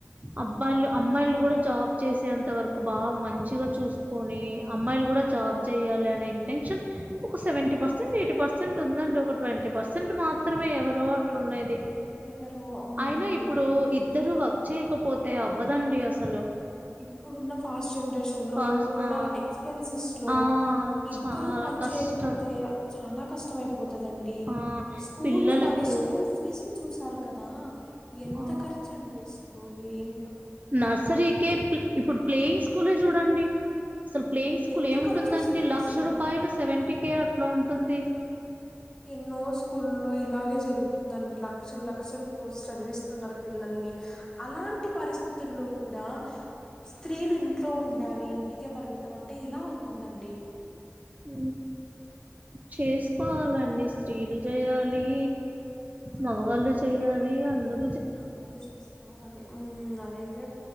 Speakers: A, on the right; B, on the left.
A: అబ్బాలు అమ్మాయిలు కూడా జాబ్ చేసేంత వరకు బాగా మంచి మ చూసుకొని అమ్మాయిలు కూడా జాబ్ చెయాలి అనే ఇంటెన్షన్ ఒక సెవెంటీ పర్సెంట్ ఎయి పర్సెంట్ ఉందండి ఒక ట్వంటీ పర్సెంట్ మాత్రమే ఎవరో అట్లు ఉన్నది
B: ఎవరు అవునండి
A: అయినా ఇప్పుడు ఇద్దరు వర్క్ చేయకపోతే అవ్వదండి అసలు
B: ఇప్పుడున్న ఫాస్ట్ ేన్
A: ఫ
B: ఇప్పుడు
A: ఆ
B: ఎ
A: ఆ
B: ఇ
A: చాలా కష్టం
B: చేయపో ఎ కష్టంమయిపోతుందండి
A: ఆ
B: స్కూల్
A: పిల్లలకు
B: గాని స్కూల్ ఫీజులు చూసారు కదా ఎంత
A: ఆ
B: ఖర్చుండి అసలు ఏం
A: నర్సరీకే ఇప్పుడు ప్లేయింగ్ స్కూలే చూడండి అసలు ప్లేయింగ్ స్కూల్
B: ఎంత
A: ఏముంటుందండి
B: ఖర్చు వస్తుంది
A: లక్ష
B: అసలు
A: రూపాయలు సెవెంటీ కే అట్లా ఉంటుంది
B: ఎన్నో స్కూళల్లో ఇలాగే జరుగుతుందండి లక్షల లక్షలు పోస్ట్ చదివిస్తున్నారు పిల్లల్ని అలాంటి పరిస్థితుల్లో కూడా స్త్రీలు ఇంట్లో ఉండాలి ఇంటికే పరిమితం అంటే ఎలా అవుతుందండి
A: హ చేసుకోవాలండి స్త్రీలు చేయాలి మగవాళ్ళు చెయ్యాలి అందరు
B: అందరూ చేసుకోవాలి అదైతే